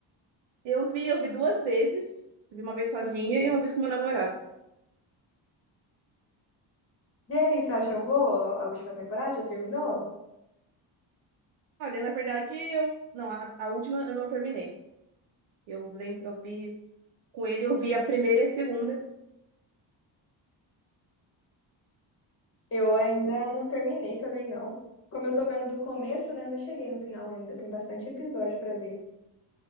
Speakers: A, on the right (about 70°); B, on the left (about 30°).
A: Eu vi, eu vi duas vezes. Eu Vi uma vez sozinha e uma vez com meu namorado.
B: E aí, você achou boa a a última temporada? Já terminou?
A: Olha, na verdade, eu. Não, a, a última eu não terminei. Eu lembro, eu vi com ele, eu vi a primeira e a segunda.
B: Eu ainda não terminei também, não. Como eu tô vendo do começo, né? Eu não cheguei no final ainda. Tem bastante episódio pra ver.